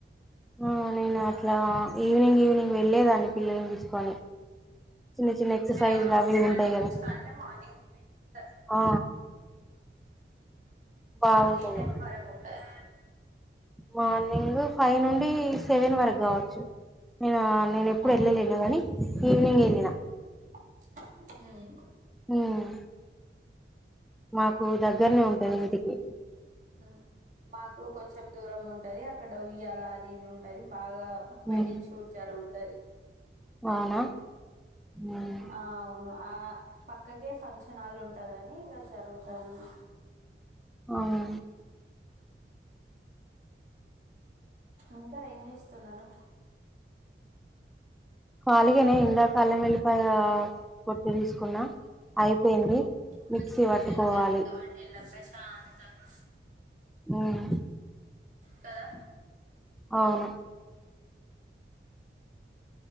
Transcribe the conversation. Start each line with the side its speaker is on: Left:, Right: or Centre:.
Centre: ఆ నేను అట్లా
Right: ఆ
Centre: ఈవినింగ్ ఈవి నింగ్ వెళ్ళేదాన్ని పిల్లలను తీసుకొని. చిన్న చిన్న ఎక్సర్సైజ్లు
Right: వేరేవరు వాళ్ళు
Centre: అవి ఇవి
Right: ఎవరైనా
Centre: ఉంటాయి
Right: చూస్తార
Centre: కదా
Right: అంటే మార్నింగ్ ఓపెన్ చేస్తరా?
Centre: ఆ బాగుంటది
Right: మార్నింగ్ ఏ టైమ్ వరకు ఉంటది?
Centre: మార్నింగ్ ఫైవ్ నుండి సెవెన్ వరకు కావచ్చు నేను నేను ఎప్పుడు
Right: అవునా
Centre: ఎళ్ళలేను గాని ఈవినింగ్ ఎళ్ళిన
Right: హ్మ్
Centre: హ్మ్ మాకు దగ్గర్నే ఉంటది ఇంటికి
Right: మ్మ్ మాకు కొంచెం దూరం ఉం టది అక్కడ ఉయ్యాల అది ఇది ఉంటది బాగ్ గా వెడ్డింగ్
Centre: ఉమ్
Right: షూట్ జరుగుతయి
Centre: అవునా ఉమ్
Right: ఆ అవును ఆ పక్కకే ఫంక్ష నాలు ఉంటదని ఇక జరుగుతయి
Centre: అవును
Right: ఇంకా ఏం చేస్ తున్నరు
Centre: ఖాలిగనే ఇందాక అల్లమెల్లిపాయా పొట్టు తీసుకున్న అయిపోయింది.
Right: మంచిగ
Centre: మిక్సీ పట్టుకోవాలి
Right: ఉంటది కాని గార్డెన్ లా ప్రశాంతంగా
Centre: ఉమ్
Right: కదా
Centre: అవును